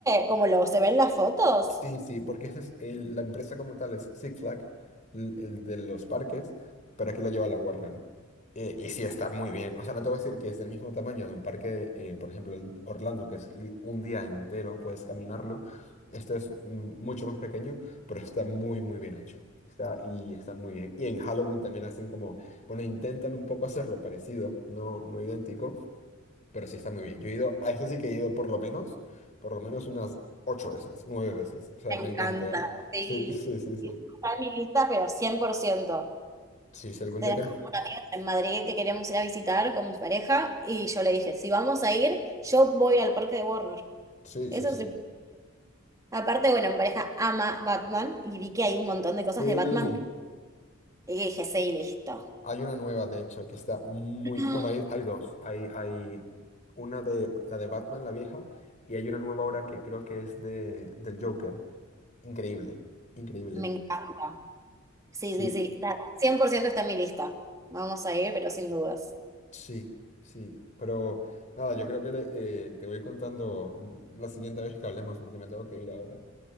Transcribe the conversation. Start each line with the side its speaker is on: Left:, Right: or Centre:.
Right: como lo se ven las fotos.
Left: Sí, sí, porque esa es el- la empresa como tal es Six Flag, l- el, de los parques, pero aquí la lleva la Warner. Eh, y sí, está muy bien. O sea, no te voy a decir que es del mismo tamaño de un parque, eh, por ejemplo, el Orlando, que es li- un día entero, puedes caminarlo. Este es mm, mucho más pequeño, pero está muy, muy bien hecho. Está, y está muy bien. Y en Halloween también hacen como, bueno, intentan un poco hacerlo parecido, no, no idéntico, pero sí está muy bien. Yo he ido, a ese sí que he ido por lo menos, por lo menos unas ocho veces, nueve veces. O sea,
Right: Me
Left: me
Right: encanta,
Left: encanta.
Right: sí.
Left: Sí, sí, sí, sí.
Right: Está en mi lista, pero 100%.
Left: Sí, si algún
Right: Tenemos
Left: día tienes...
Right: unos amigos en Madrid que queríamos ir a visitar con mi pareja y yo le dije, si vamos a ir, yo voy al parque de Warner.
Left: Sí,
Right: Eso
Left: sí, sí.
Right: sí. Aparte, bueno, mi pareja ama Batman y vi que hay un montón de
Left: Sí.
Right: cosas de Batman. Y dije, sí, listo.
Left: Hay una nueva, de hecho, que está muy...
Right: <gasps>
Left: Bueno, hay, hay dos. Hay, hay una de la de Batman, la vieja, y hay una nueva ahora que creo que es de, del Joker. Increíble, increíble.
Right: Me encanta. Sí,
Left: Sí,
Right: sí, sí. está- 100% está en mi lista. Vamos a ir, pero sin dudas.
Left: sí, sí. Pero nada, yo creo que eh, te voy contando la siguiente vez que hablemos, porque me tengo que ir ahora.